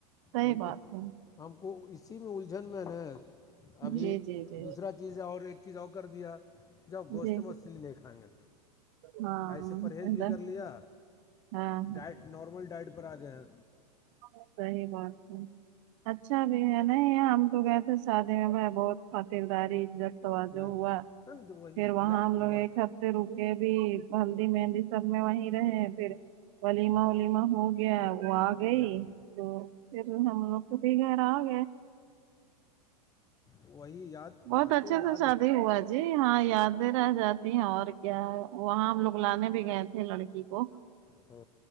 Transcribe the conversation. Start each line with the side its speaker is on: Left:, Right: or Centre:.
Right: صحیح
Left: ہم
Right: بات
Left: کو
Right: ہے
Left: ہم کو اسی میں الجھن میں نا ابھی
Right: جی جی جی
Left: دوسرا چیزیں اور ایک چیز اور کر دیا جاؤ گوشت
Right: جی
Left: مچھلی نہیں کھائیں گے
Right: ہاں
Left: ایسے پرہیز
Right: ادھر
Left: بھی کر لیا
Right: ہاں
Left: ڈائٹ نارمل ڈائٹ پر آ گئے
Right: ب صحی بات ہے اچھا بھی ہے نہیں تو کہ تھے شادی میں میں بہت خاطرداریب توا جو
Left: نہیں
Right: ہوا
Left: نہیں تو وہی
Right: پھر
Left: ہو-
Right: وہاں
Left: یاد
Right: ہم لوگ
Left: بات
Right: ایک ہفتے رکے بھی ہلدی مہندی سب میں وہیں رہے پھر ولیما
Left: تو یاد
Right: ولیما ہو گیا وہ آگ گئی
Left: یاد
Right: تو پھر ہم لوگ تو دے گیر آ گئے
Left: وہی یاد
Right: بہت
Left: باتیں
Right: اچھے
Left: یاد
Right: سے شادی ہوا ہے جی ہاں یادیں رہ جاتی ہیں اور کیا ہے وہاں ہم لوگ لانے بھی گئے تھے لڑکی کو
Left: ہ